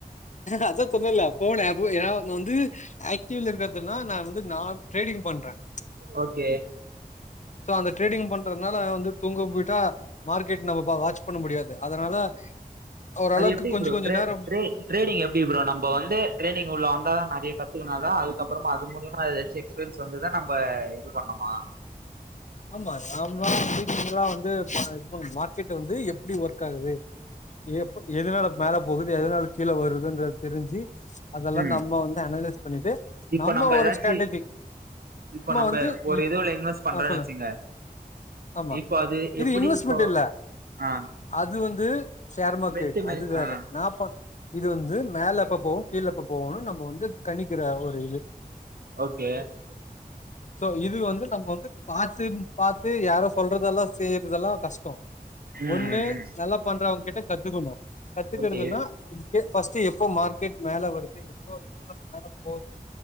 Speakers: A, on the left; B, on the right.
A: அதா சொன்னேல்ல போன் ஆப் ஏன்னா வந்து ஆக்டிவ்ல இருக்கறதுனா நான் வந்து நான் ட்ரேடிங் பண்றேன்
B: ஓகே
A: சோ அந்த ட்ரேடிங் பண்றதுனால வந்து தூங்க போயிட்டா மார்கெட் நம வா வாட்ச் பண்ண முடியாது அதனால ஓரளவுக்கு
B: அது எப்டி
A: கொஞ்சம்
B: ப்ரோ
A: கொஞ்சம்
B: ட்ரே
A: நேரம்
B: ட்ரே ட்ரேடிங் எப்டி ப்ரோ நம்ம வந்து டிரேடிங் உள்ள வந்தாதான் மே கத்துக்கனாதான் அதுக்கப்புறமா அது மூலியமாதச்சும் எக்ஸ்பீரியன்ஸ் வந்துதான் நம்ம இது பண்ணமா
A: ஆமா நார்மலா <inaudible> வந்து இதுஇது பண்னணு மார்க்கெட் வந்து எப்டி ஒர்க் ஆகுது எப்ப எதுனால மேல போகுது எதனால கீழே வருதுன்ற தெரிஞ்சு அதெல்லாம்
B: ம்
A: நம்ம வந்து அனலைிஸ் பண்ணிட்டு
B: இப்ப
A: நம்ம ஒரு
B: ஏதாச்சு
A: ஸ்ட்ராட்டஜி
B: இப்ப நம்ம
A: வந்து
B: ஒரு
A: இப்
B: இதுல இன்வெஸ்ட் பண்றோம்ன்னு
A: ஆ சொல்லு
B: வச்சீங்க
A: ஆமா
B: இப்போ அது எப்படி
A: இது இன்வெஸ்ட்மெண்ட்
B: இப்போ
A: இல்ல
B: ஆ
A: அது வந்து ஷேர் மார்க்கெட்
B: பெட்டு மாரி
A: அது வேற
B: ஆ
A: நா பன் இது வந்து மேல அப்ப போகு கீழப்ப போகும்னு நம் இப்ப வந்து கணிக்கிற ஒரு இது
B: ஓகே
A: சோ இது வந்து நம்ம வந்து பாத்து பாத்து யாரு சொல்றதெல்லா செய்யறதெல்லா கஷ்டொ
B: ம்
A: ஒண்ணு நல்லா பண்றவங்க கிட்ட கத்துக்கணும் கத்துக்கறதுன்னா
B: ஓகே. ம் ஓகே
A: இதுகே பஸ்ட் எப்போ மார்க்கெட் மேல வருது எப்போ எது வர மேல போது